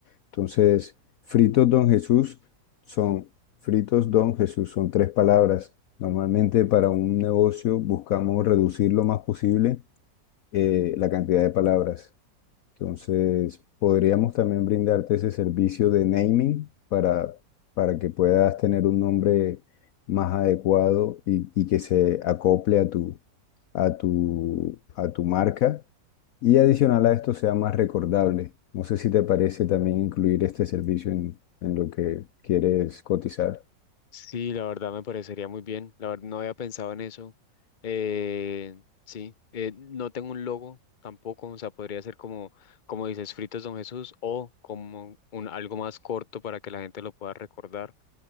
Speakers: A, on the left (about 65°); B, on the left (about 35°).
A: Entonces, Fritos Don Jesús son, Fritos Don Jesús son tres palabras. Normalmente para un negocio buscamos reducir lo más posible eh, la cantidad de palabras. Entonces, podríamos también brindarte ese servicio de naming para, para que puedas tener un nombre más adecuado y, y que se acople a tu, a tu, a tu marca y adicional a esto sea más recordable. No sé si te parece también incluir este servicio en, en lo que quieres cotizar.
B: Sí, la verdad me parecería muy bien. La verdad no había pensado en eso. Eh, sí, eh, no tengo un logo tampoco. O sea, podría ser como, como dices, Fritos Don Jesús o como un, algo más corto para que la gente lo pueda recordar.